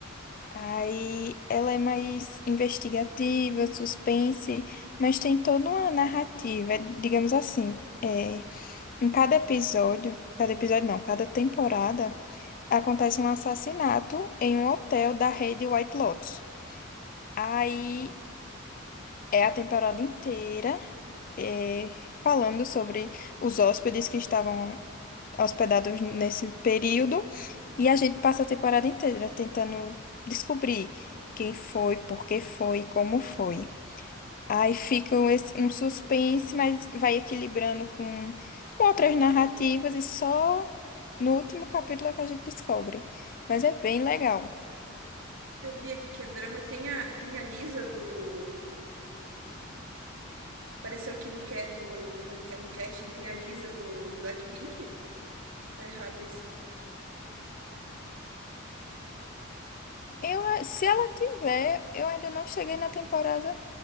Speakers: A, on the left (about 40°); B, on the right (about 75°).
A: Aí ela é mais investigativa, suspense, mas tem toda uma narrativa, digamos assim. É, em cada episódio, cada episódio não, cada temporada, acontece um assassinato em um hotel da rede White Lotus. Aí é a temporada inteira, é, falando sobre os hóspedes que estavam hospedados nesse período. E a gente passa a temporada inteira tentando descobrir quem foi, por que foi, como foi. Aí fica um es- um suspense, mas vai equilibrando com, com outras narrativas e só no último capítulo é que a gente descobre. Mas é bem legal.
B: Eu vi aqui que é drama. Tem a, tem a Lisa do. Pareceu que no, ca- no, no, ica- no casting tem a Lisa do, do Blackpink? Tá errado isso. <laughs>
A: Eu, a- se ela tiver, eu ainda não cheguei na temporada.